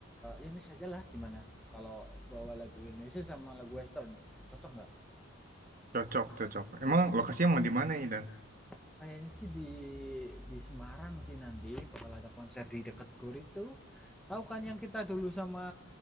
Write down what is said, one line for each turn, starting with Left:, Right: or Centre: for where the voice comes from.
Centre: ya mix aja lah gimana? Kalau bawa lagu Indonesia sama lagu Western, cocok nggak?
Right: Cocok, cocok. Emang lokasinya mau di mana nih, Dan?
Centre: Ah, Kayaknya sih di di Semarang sih nanti bakal ada konser di deket GOR itu. Tahu kan yang kita dulu sama